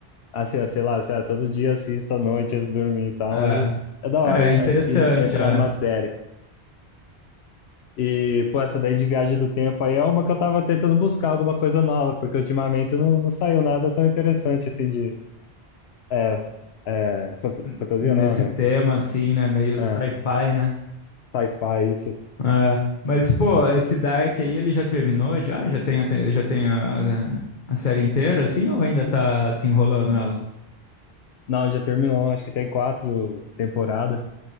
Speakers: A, on the left (about 80°); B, on the left (about 50°).
A: assim, ó, sei lá, sei lá, todo dia assisto à noite antes de dormir e tal,
B: É,
A: aí é da hora
B: é
A: e-
B: interessante,
A: e entrar
B: é.
A: numa série. E, pô, essa daí de viagem do tempo aí é uma que eu tava tentando buscar alguma coisa nova, porque ultimamente não, não saiu nada tão interessante assim de. É, é, fant-
B: N-
A: fantasia
B: Nesse
A: não, né?
B: tema, assim, né? Meio
A: É,
B: sci-fi, né?
A: sci-fi, isso.
B: É, mas, pô, esse Dark aí, ele já terminou? Já? Já tem, a- te- já tem a, a série inteira, assim, ou ainda tá desenrolando ela?
A: Não, já terminou, acho que tem quatro temporadas.